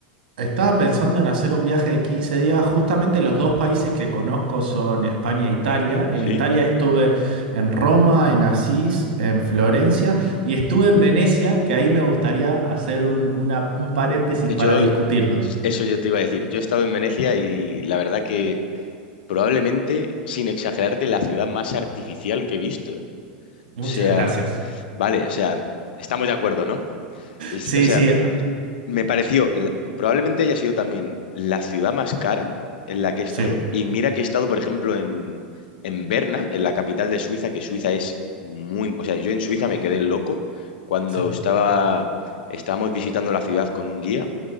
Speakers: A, on the right; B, on the left.
A: Estaba pensando en hacer un viaje de 15 días. Justamente los dos países que conozco son España e Italia.
B: Sí.
A: En Italia estuve en Roma, en Asís, en Florencia y estuve en Venecia, que ahí me gustaría hacer un, una- un paréntesis
B: Yo,
A: para discutirlo.
B: eso yo te iba a decir. Yo he estado en Venecia y la verdad que probablemente, sin exagerarte, la ciudad más artificial que he visto, ¿eh? O
A: Muchas
B: sea,
A: gracias.
B: vale, o sea, estamos de acuerdo, ¿no? Es-
A: Sí,
B: o sea,
A: sí, ah,
B: me pareció, la- probablemente haya sido también la ciudad más cara en la que he estado.
A: sí,
B: Y mira que he estado, por ejemplo, en, en Berna, en la capital de Suiza, que Suiza es muy... O sea, yo en Suiza me quedé loco cuando
A: sí,
B: estaba, estábamos visitando la ciudad con un guía,